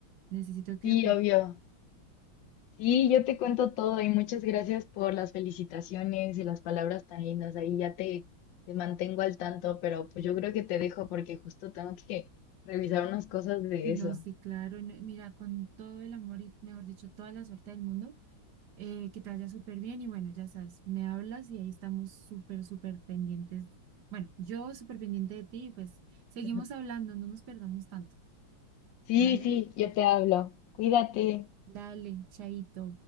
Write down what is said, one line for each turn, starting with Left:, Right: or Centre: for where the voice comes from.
Right: Necesito que
Left: Sí,
Right: me... ac-
Left: obvio. Sí, yo te cuento todo y muchas gracias por las felicitaciones y las palabras tan lindas. Ahí ya te, te mantengo al tanto, pero pues yo creo que te dejo porque justo tengo que revisar unas cosas de
Right: No,
Left: eso.
Right: sí, claro, no, mira, con todo el amor y, mejor dicho, toda la suerte del mundo, eh, que te vaya súper bien y bueno, ya sabes, me hablas y ahí estamos súper, súper pendientes. Bueno, yo súper pendiente de ti y pues seguimos
Left: <laughs>
Right: hablando, no nos perdamos tanto,
Left: Sí,
Right: ¿vale?
Left: sí, yo te hablo. Cuídate.
Right: Dale, chaito.